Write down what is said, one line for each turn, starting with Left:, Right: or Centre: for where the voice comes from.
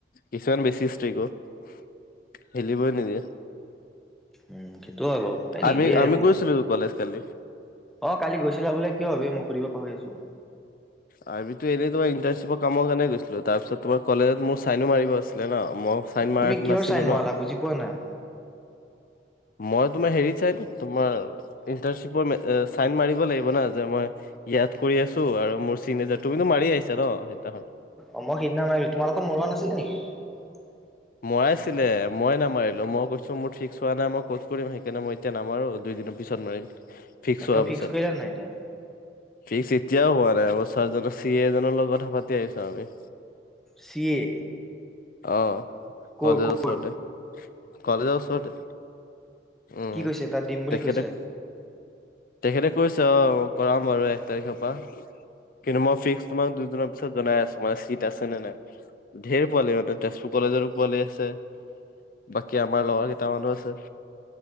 Left: কিছুমান বেছি স্ত্ৰীক অও খেলিবই নিদিয়ে।
Centre: উম' সেইটো আৰু। এই নিদিয়ে
Left: আমি, আমি
Centre: এইবোৰ
Left: গৈছিলোঁ কলেজ কালি।
Centre: অ' কালি গৈছিলা বোলে, কিয় বে, মই সুধিব পাহৰি আছোঁ।
Left: আৰ্মিতো এনেই তোমাৰ ইনটাৰশ্বিপৰ কামৰ কাৰণেই গৈছিলোঁ, তাৰ পিছত তোমাৰ কলেজত মোৰ চাইনো মাৰিব আছিলে ন, ম- চাইন মাৰাত
Centre: তুমি কিহৰ
Left: নাছিলোঁ
Centre: চাইন মৰালা
Left: ন।
Centre: বুজি পোৱা না-
Left: মই তোমাৰ হেৰিত চাইত তোমাৰ- ইণ্টাৰশ্বিপৰ চাইন মাৰিব লাগিব না, যে মই ইয়াত কৰি আছোঁ আৰু মোৰ চিগনেছাৰ- তুমিনো মাৰি আহিছা ন সেইদিনাখন।
Centre: অ' মই সেইদিনা মাৰিলোঁ। তোমালোকৰ মৰোৱা নাছিলে নেকি? <inaudible>
Left: মৱাইছিলে মই নামাৰিলোঁ। মই কৈছোঁ, মোৰ ফিক্স হোৱা নাই, মই ক'ছ কৰিম সেইকাৰণে মই- এতিয়া নামাৰোঁ, দুই দিনৰ পিছত মাৰিম ফিক্স
Centre: একদম
Left: হোৱাৰ পিছত।
Centre: কৰিলা নাই এতিয়া
Left: ফিক্স এতিয়াও হোৱা নাই। আমাৰ ছাৰজনৰ চি এ জনৰ লগত কথা পাতি আহিছোঁ আমি।
Centre: C A.
Left: অঁ'
Centre: কৰ
Left: কলেজৰ
Centre: কৰ
Left: ওচৰতে, কলেজৰ ওচৰতে। উম,
Centre: কি কৈছে তাত দিম বুলি
Left: তেখেতে-
Centre: কৈছে
Left: তেখেতে কৈছে অঁ' কৰাম বাৰু এক তাৰিখৰ পৰা। কিন্তু, মই ফিক্স তোমাক দুদিনৰ পিছত জনাই আছোঁ, মানে চিট আছে নে নাই। ঢেৰ পোৱালি অঁ তেতিয়া তেজপুৰ কলেজৰো পোৱালি আছে। বাকী আমাৰ লগৰ কেইটামানো আছে।